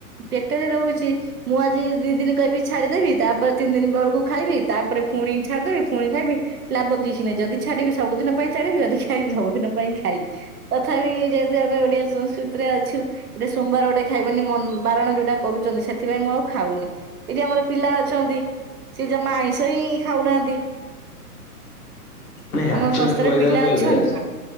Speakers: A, on the right; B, on the left.
A: ପେଟରେ ରୋହୁଛି ମୁଁ ଆଜି ଦି ଦିନ କହିବି ଛାଡ଼ିଦେବି ତାପରେ ତିନି ଦିନ ବେଳକୁ ଖାଇବି ତାପରେ ପୁଣି ଛାଡ଼ିଦେବି ପୁଣି ଖାଇବି ଲାଭ କିଛି ନାହିଁ ଯଦି ଛାଡ଼ିବି ସବୁଦିନ ପାଇଁ ଚାଡ଼ିବି ଯଦି ଖାଇବି ସବୁଦିନ ପାଇଁ ଖାଇବି ତଥାପି ଯେହେତୁ ଆମେ ଓଡ଼ିଆ ସଂସ୍କୃତିରେ ଅଛୁ ଟେ ସୋମବାର ଗୋଟେ ଖାଇବନି ମ ବାରଣ ଯୋଉଟା କରୁଛନ୍ତି ସେଥିପାଇଁ ମୁଁ ଆଉ ଖାଉନି। ଏଠି ଆମର ପିଲା ଅଛନ୍ତି ସିଏ ଜମା ଆଇଁଷ ହିଁ ଖାଉନାହାନ୍ତି।
B: ନାଇଁ
A: ଆମ
B: ଆକ୍ଚୁଆଲି
A: ସଂସ୍ଥାରେ
B: କହିବାକୁ
A: ପିଲା
B: ଗଲେ
A: ଅଛନ୍ତି